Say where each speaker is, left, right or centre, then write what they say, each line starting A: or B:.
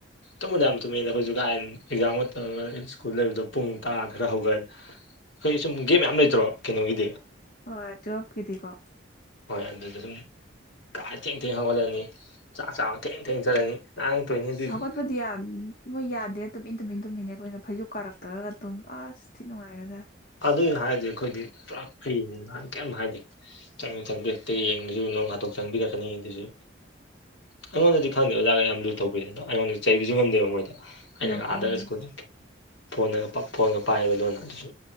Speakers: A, on the left; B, on the left.
A: ꯇꯨꯝꯗ ꯌꯥꯝ ꯇꯨꯝꯃꯦꯗ ꯑꯩꯈꯣꯏꯁꯨ ꯀꯥꯏ ꯑꯦꯛꯖꯥꯝꯒ ꯁ꯭ꯀꯨꯜ ꯂꯩꯕꯗꯣ ꯄꯨꯡ ꯇꯔꯥ ꯈꯔ ꯍꯧꯒꯠ ꯍꯣꯏ ꯁꯨꯝ ꯒꯦꯝ ꯌꯥꯝꯌꯥꯝ ꯂꯩꯇ꯭ꯔꯣ ꯀꯩꯅꯣꯒꯤꯗꯤ
B: ꯍ ꯇ ꯑꯣꯐ ꯀꯦꯗꯤ ꯀꯣ
A: ꯍꯣꯏ ꯑꯗꯨꯗ ꯑꯗꯨꯝ ꯀꯥ ꯊꯦꯡ ꯊꯦꯡ ꯍꯧꯒꯠꯂꯅꯤ ꯆꯥꯛ ꯆꯥꯕ ꯊꯦꯡ ꯊꯦꯡ ꯆꯠꯂꯅꯤ ꯉꯥꯡꯉꯛꯇꯣꯏꯅꯤ ꯑꯗꯨꯏꯁꯨ
B: ꯁꯒꯠꯕꯨꯗꯤꯌꯥ ꯃꯣꯏ ꯌꯥꯗꯦ ꯇꯨꯃꯤꯟ ꯇꯨꯃꯤꯟ ꯇꯨꯝꯃꯤꯅꯦ ꯑꯩꯈꯣꯏꯅ ꯐꯩꯖ ꯀꯥꯔꯛꯇ꯭ꯔꯒ ꯇꯨꯝ ꯑꯁ ꯊꯤ ꯅꯨꯡꯉꯥꯏꯔꯁꯦ
A: ꯑꯗꯨꯏꯅ ꯍꯥꯏꯔꯗꯤ ꯑꯩꯈꯣꯏꯗꯤ ꯄꯨꯔꯥ ꯐꯔꯤ ꯅꯍꯥꯟ ꯀꯩꯝ ꯍꯥꯏꯗꯤꯦꯪ ꯆꯪꯗꯛꯇ ꯌꯦꯡꯕꯁꯨ ꯂꯣꯡ ꯍꯥꯣꯛ ꯆꯪꯕꯤꯒ ꯈꯅꯤꯁꯨ ꯑꯩꯉꯣꯟꯗꯗꯤ ꯈꯪꯗꯦ ꯑꯣꯖꯥꯒ ꯌꯥꯝ ꯂꯨꯊꯧꯕꯄꯤꯔꯦ ꯑꯗꯣ ꯑꯩꯉꯣꯟꯗ ꯆꯩꯕꯤꯁꯨ ꯉꯝꯗꯦꯕ ꯃꯣꯏꯗ ꯑꯩꯅ
B: ꯌꯥꯝ
A: ꯉꯥꯗꯒ
B: ꯅꯨꯡꯉꯥꯏꯕꯅꯦ
A: ꯁꯀꯨꯜꯗ ꯐꯣꯟꯉꯒ ꯐꯣꯟꯉꯒ ꯄꯥꯏꯔꯤꯕ ꯂꯣꯟ ꯑꯗꯨꯁꯨ